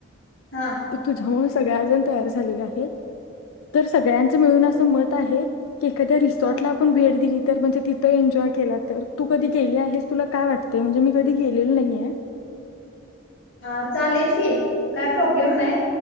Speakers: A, on the left; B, on the left.
A: हा.
B: तर तुझ्यामुळ सगळ्याजण तयार झालेल्या आहेत तर सगळ्यांचं मिळून असं मत आहे एखाद्या रिसॉर्ट
A: हा
B: ला आपण भेट दिली तर म्हणजे तिथं एन्जॉय केला तर तू कधी गेले आहेस तुला काय वाटतंय? म्हणजे मी कधी गेलेल नाहीये.
A: हा चालेल की काय प्रॉब्लेम नाय